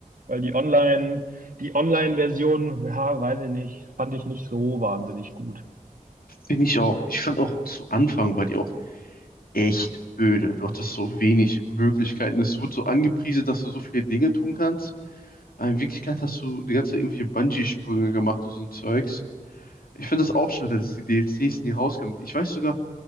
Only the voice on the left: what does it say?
Finde ich auch. Ich fand auch zu Anfang war die auch echt öde. Du hattest so wenig Möglichkeiten. Es wird so angepriesen, dass du so viele Dinge tun kannst. Aber in Wirklichkeit hast du die ganze Zeit irgendwelche Bungee-Sprünge gemacht und so ein Zeugs. Ich finde das auch schade, dass die DLCs nie rauskamen. Ich weiß sogar,